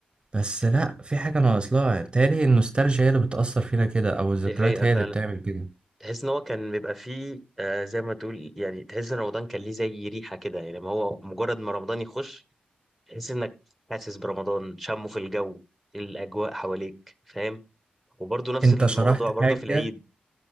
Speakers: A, on the right; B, in the centre.
A: بس لا في حاجة ناقص لها تالي النوستالجيا هي اللي بتأثر فينا كده او الذكريات
B: دي حقيقة
A: هي
B: فعلا
A: اللي بتعمل كده
B: تحس ان هو كان بيبقى فيه آه زي ما تقول يعني تحس ان رمضان كان ليه زي ريحه كده يعني ما هو مجرد ما رمضان يخش تحس انك حاسس برمضان شمه في الجو الاجواء حواليك فاهم وبرضه نفس
A: انت
B: الموضوع
A: شرحت
B: برضه
A: حاجة
B: في العيد